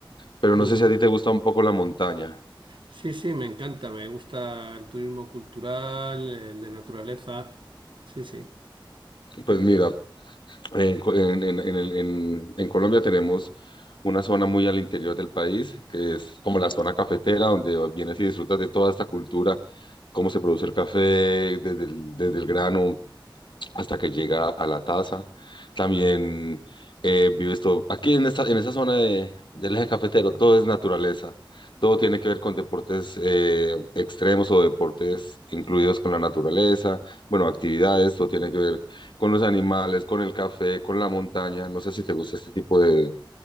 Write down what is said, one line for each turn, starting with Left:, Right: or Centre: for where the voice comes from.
Left: Pero no
Right: Ujú.
Left: sé si a ti te gusta un poco la montaña.
Right: Sí, sí, me encanta, me gusta el turismo cultural, el de naturaleza. Sí, sí.
Left: Pues mira, en, Co- en, en, en, el- en- en Colombia tenemos una zona muy al interior del país, que es como la zona cafetera, donde vienes y disfrutas de toda esta cultura, cómo se produce el café, desde el, desde el grano, hasta que llega a la taza. También eh, vives todo, aquí en esta, en esta zona de, del eje cafetero, todo es naturaleza, todo tiene que ver con deportes eh, extremos o deportes incluidos con la naturaleza, bueno, actividades, todo tiene que ver con los animales, con el café, con la montaña, no sé si te gusta este tipo de,